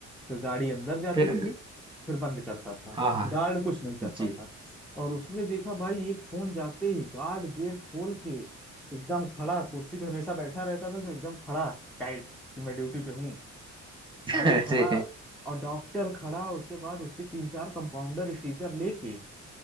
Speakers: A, in the centre; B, on the right.
A: फिर गाड़ी अंदर जाती
B: फिर
A: थी फिर बंद करता था
B: हाँ हाँ
A: गार्ड कुछ नहीं करता
B: जी
A: था
B: <laughs>
A: और उसमें देखा भाई एक फोन जाते ही गार्ड गेट खोल के एकदम खड़ा कुर्सी पे हमेशा बैठा रहता था जो एकदम खड़ा टाइट कि मैं ड्यूटी पे हूँ
B: अरे
A: वो खड़ा और डॉक्टर खड़ा उसके बाद उसके तीन चार कंपाउंडर स्ट्रेचर लेके